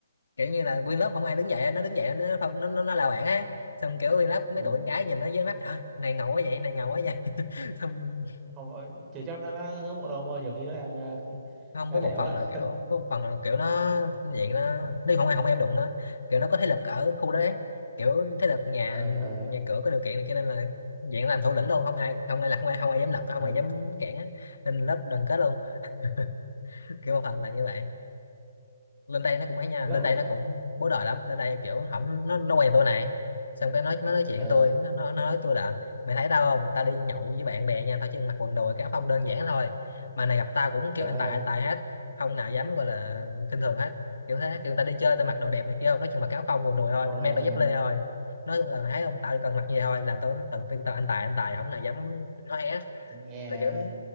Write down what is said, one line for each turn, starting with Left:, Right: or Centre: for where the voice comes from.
Left: kiểu như là nguyên lớp không ai đứng dậy nó đứng dậy nó không nó nó, nó lao bảng á xong kiểu nguyên lớp mấy
Right: ừ
Left: tụi con gái nhìn nó với mắt "Ờ, này ngầu quá vậy này ngầu quá vậy <laughs> xong
Right: không ờ, chỉ cho nó, nó ngớ bộ đầu mà nhiều khi nó đang ờ,
Left: không
Right: đá
Left: với
Right: đẻo
Left: một phần
Right: á
Left: là kiểu với một phần là kiểu nó dạng nó nếu không ai không em đụng nó kiểu nó có thế lực ở khu đó đấy kiểu thế lực nhà
Right: ờ ờ
Left: nhà cửa có điều kiện này cho nên là dạng làm thủ lĩnh luôn không ai không ai là không ai không ai dám lật không
Right: ờ
Left: ai dám cản á nên lớp đoàn kết luôn <laughs> kiểu một phần là như vậy lên đây nó cũng ấy nha
Right: lớp
Left: lên đây nó cũng bố đời lắm lên đây kiểu hổng nó nó quen tôi này xong cái nói nó nói chuyện
Right: ờ
Left: tôi nó, nó nói tôi là mày thấy tao không tao đi nhậu với bạn bè nha tao chỉ mặc quần đùi cái áo phông đơn giản thôi mà này gặp tao cũng kêu
Right: trời
Left: anh
Right: đất
Left: tài
Right: ơi
Left: anh tài hết không nào dám gọi là khinh thường hết kiểu thế kiểu tao đi chơi tao mặc đồ đẹp này kia không nói chung mặc cái áo phông quần đùi
Right: thôi
Left: thôi
Right: thôi
Left: mang đôi dép lê thôi nói tôi là mày thấy không tao chỉ cần mặc gì thôi làm tôi tao tao tao anh tài anh tài không nào dám nói hé
Right: nghe
Left: là kiểu